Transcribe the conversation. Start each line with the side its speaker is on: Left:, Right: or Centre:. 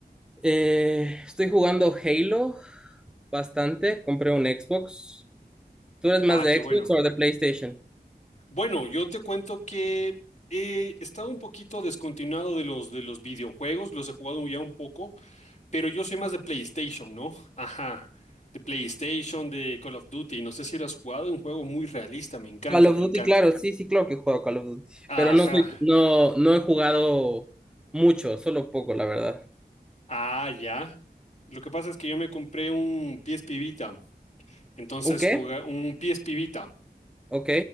Centre: Eh, estoy jugando Halo bastante, compré un Xbox. ¿Tú eres más
Left: Ah,
Centre: de
Left: qué bueno.
Centre: Xbox o de PlayStation?
Left: Bueno, yo te cuento que he estado un poquito descontinuado de los, de los videojuegos, los he jugado ya un poco, pero yo soy más de PlayStation, ¿no? Ajá. De PlayStation, de Call of Duty, no sé si lo has jugado, es un juego muy realista, me encanta,
Centre: Call of
Left: me
Centre: Duty,
Left: encanta.
Centre: claro, sí, sí, claro que he jugado Call of Duty,
Left: Ajá.
Centre: pero no soy, no, no he jugado mucho, solo poco, la verdad.
Left: Ah, ya. Lo que pasa es que yo me compré un PSP Vita. Entonces
Centre: ¿Un qué?
Left: jugué un PSP Vita.
Centre: Ok.